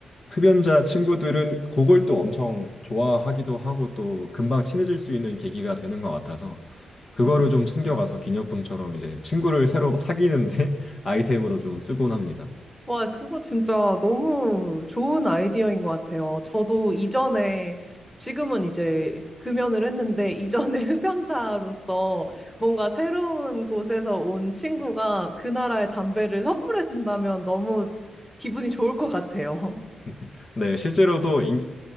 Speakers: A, on the left; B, in the centre.
A: 흡연자 친구들은 그걸 또 엄청 좋아하기도 하고 또 금방 친해질 수 있는 계기가 되는 것 같아서 그거를
B: 어?
A: 좀 챙겨가서 기념품처럼 이제 친구를 새로 막 사귀는데 <laughs> 아이템으로 좀 쓰곤 합니다.
B: 와, 그거 진짜 너무 좋은 아이디어인 것 같아요. 저도 이전에, 지금은 이제 금연을 했는데, 이전에 <laughs> 흡연자로서 뭔가 새로운 곳에서 온 친구가 그 나라의 담배를 <laughs> 선물해준다면 너무 기분이 좋을 것 같아요.
A: <laughs> 네, 실제로도 인,